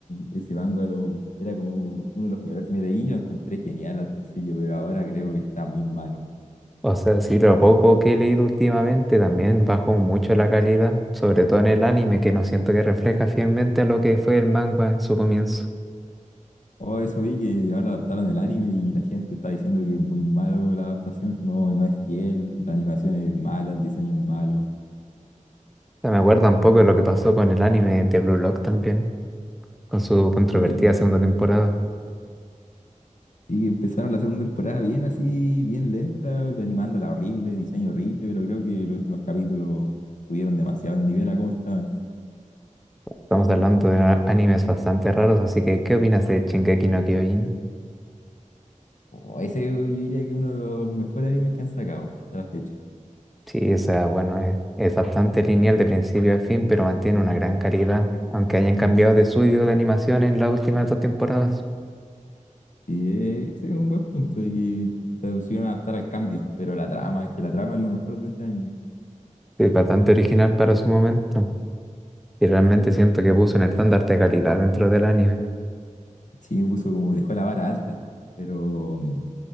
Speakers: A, on the left; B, in the centre.
A: ese manga lo- era como uno de los primeros que me leí, lo encontré genial al principio, pero ahora creo que está muy malo.
B: O sea, sí, lo poco que he leído últimamente también bajó mucho la calidad, sobre todo en el anime, que no siento que refleja fielmente a lo que fue el manga en su comienzo. O
A: oh eso vi que ahora adaptaron el anime y la gente está diciendo que es muy malo la adaptación, no, no es fiel, la animación es mala, el diseño es malo.
B: sea, me acuerdo un poco de lo que pasó con el anime de Blue Lock también, con su controvertida
A: Sí,
B: segunda temporada.
A: sí, empezaron la segunda temporada bien así, bien lenta, animándola horrible, diseño horrible, pero creo que los últimos capítulos subieron demasiado el nivel a cómo estaban.
B: Estamos hablando de a- animes bastante raros, así que ¿qué opinas de Shingeki no Kyojin?
A: oh ese yo diría que es uno de los mejores animes que han sacado hasta la fecha.
B: Sí, o sea, bueno, es, es bastante lineal de principio a fin, pero mantiene una gran calidad, aunque hayan cambiado de estudio de animación en las últimas dos temporadas.
A: Y eh, ese es un buen punto de que se pusieron a adaptar al cambio, pero la trama, es que la trama es lo mejor de ese anime.
B: Es bastante original para su momento. Y realmente siento que puso un estándar de calidad dentro del anime.
A: Sí, me puso como dejó la vara alta, pero mm,